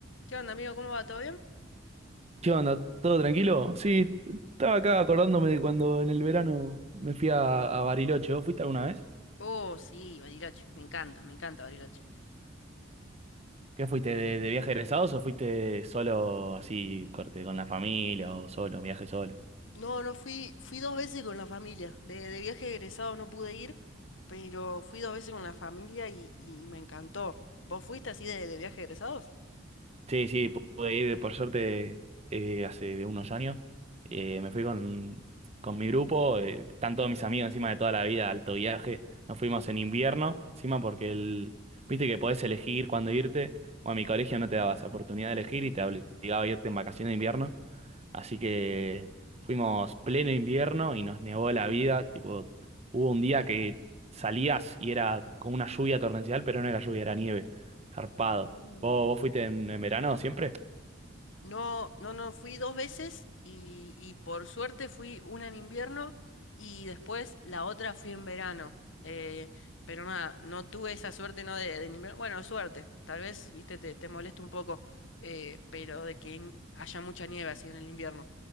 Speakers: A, on the left; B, on the right.
A: ¿Qué onda, amigo? ¿Cómo va? ¿Todo bien?
B: ¿Qué onda? ¿Todo tranquilo? Sí, estaba acá acordándome de cuando en el verano me fui a, a Bariloche. ¿Vos fuiste alguna vez?
A: Oh, sí, Bariloche. Me encanta, me encanta Bariloche.
B: ¿Qué fuiste? ¿De, de viaje egresados o fuiste solo así, corte, con la familia o solo, viaje solo?
A: No, no fui, fui dos veces con la familia. De, de viaje de egresado no pude ir, pero fui dos veces con la familia y, y me encantó. ¿Vos fuiste así de, de viaje de egresados?
B: Sí, sí, pude ir por suerte eh, hace unos años. Eh, me fui con, con mi grupo, eh, están todos mis amigos encima de toda la vida, alto viaje. Nos fuimos en invierno, encima porque el, viste que podés elegir cuándo irte. O a mi colegio no te daba esa oportunidad de elegir y te obligaba a irte en vacaciones de invierno. Así que
A: Mm.
B: fuimos pleno invierno y nos nevó la vida. Tipo, hubo un día que salías y era con una lluvia torrencial, pero no era lluvia, era nieve. Zarpado.
A: Uh.
B: ¿Vos, vos fuiste en, en verano siempre?
A: No, no, no, fui dos veces y, y por suerte fui una en invierno y después la otra fui en verano. Eh, pero nada, no tuve esa suerte, no de, de en invierno. Bueno, suerte, tal vez, viste, te, te molesta un poco, eh, pero de que en- haya mucha nieve así en el invierno.